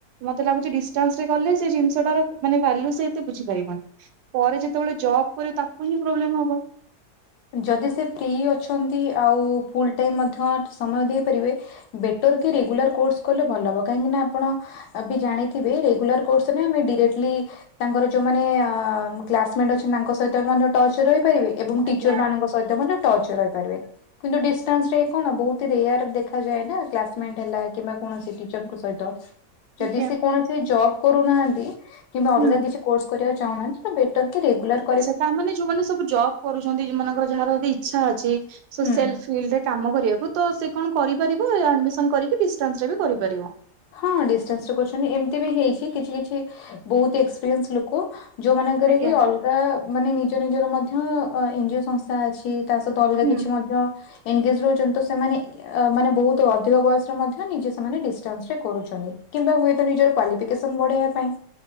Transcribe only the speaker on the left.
ଯଦି ସେ ଫ୍ରି ଅଛନ୍ତି ଆଉ ଫୁଲ୍ ଟାଇମ୍ ମଧ୍ୟ ସମୟ ଦେଇପାରିବେ ବେଟର୍ କି ରେଗୁଲାର୍ କୋର୍ସ କଲେ ଭଲ ହବ କାହିଁକି ନା ଆପଣ ଆ -ବି ଜାଣିଥିବେ ରେଗୁଲାର୍ କୋର୍ସ ନା ଆମେ ଡିରେକ୍ଟଲି ତାଙ୍କର ଯଉମାନେ ଅ- କ୍ଲାସମେଟ୍ ଅଛନ୍ତି ତାଙ୍କ ସହିତ ବି ମଧ୍ୟ ଟଚ୍ ରେ ରହିପାରିବେ ଏବଂ
ଟିଚର୍ ମାନଙ୍କ ସହିତ ମଧ୍ୟ ଟଚ୍ ରେ ରହିପାରିବେ। କିନ୍ତୁ ଡିଷ୍ଟାନ୍ସ୍ ରେ କଣ ବହୁତ୍ ରେୟାର ଦେଖାଯାଏ ନା କ୍ଲାସମେଟ୍ ହେଲା କିମ୍ବା କୌଣସି ଟିଚର୍ ଙ୍କ ସହିତ ଯଦି
ସେ କୌଣସି ଜବ୍ କରୁନାହାନ୍ତି କିମ୍ବା ଅଲଗା
କିଛି କୋର୍ସ କରିବାକୁ ଚାହୁନାହାନ୍ତି ତ ବେଟର୍ କି ରେଗୁଲାର୍
ହୁଁ।
ହଁ ଡିଷ୍ଟାନ୍ସ ରେ କରଛନ୍ତି, ଏମିତି ବି ହେଇଛି କିଛି କିଛି ବହୁତ ଏକ୍ସପେରିଏନ୍ସ ଲୋକ ଯୋଉମାନଙ୍କର
କି ଅଲଗା ମାନେ ନିଜ ନିଜର ମଧ୍ୟ ଏନଜିଓ ସଂ ଅଛି ତା ସହିତ ଅଲଗା
କିଛି ମଧ୍ୟ ଏନଗେଜ ରହୁଛନ୍ତି ତ ସେମାନେ, ମାନେ ବହୁତ ଅଧିକ ବୟସରେ ମଧ୍ୟ ନିଜେ ସେମାନେ <unintelligible> <unintelligible> କରୁଛନ୍ତି କିମ୍ବା ହୁଏତ ନିଜର କ୍ୱାଫିକସନ ବଢେଇବା ପାଇଁ